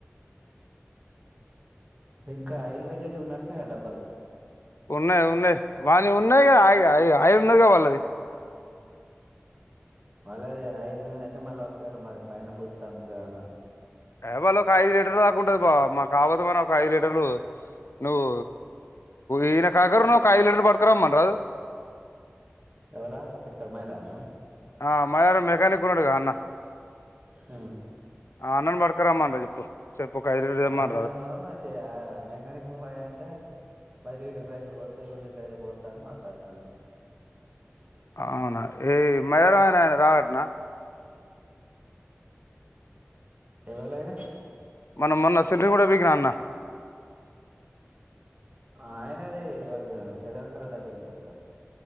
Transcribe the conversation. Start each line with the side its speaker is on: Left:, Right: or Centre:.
Right: ఇంకా అయిల్వేద అతే ఉన్నట్టున్నాయా డబ్బాలు
Left: ఉన్నాయి ఉన్నాయి వాని ఉన్నాయి గా ఆయ్ ఆయి ఇగ అయిన్న గా వాళ్ళది
Right: వాళ్ళది ఆయిల్ మీద అంటే మళ్ళ ఒకవేళ మరి పైన పోస్తే అమ్ముతే ఏమైనా
Left: ఆఏ వాళ్ళ ఒక ఐదు లీటర్ దాకా ఉంటది బావ, కాబోతే మన ఒక ఐదు లీటర్లు నువ్వు. ఈయన కాకరను ఒక ఐదు లీటర్ పట్టుకురమ్మని రాదు
Right: ఎవళ ఇ కమ్మాల్ ర్ యానా
Left: అ మాయారామ్ మెకానిక్ ఉన్నాడుగా అన్న
Right: హ్
Left: ఆ అన్న న్ బడ్ క్క రమ్మన్ రా చెప్పు చెప్పు ఒక ఐదు లీటర్ తెమ్మనరాదు
Right: ఆయనను షే మెకానిక్ ను వోయా అంటే పది లీటర్లు అయితే పోత్త, ఇరవై లీటర్ అయితే పోత్త అని మాట్లాడుతాండు.
Left: అవునా ఈ మయర అనే ఆయన రాడటనా.
Right: ఎవలైన
Left: మనం మొన్న సెంట్రింగ్ ఊడబికినఅన్న
Right: ఆయనది వాడు పెదంగర దగ్గర ఉంటాడు గ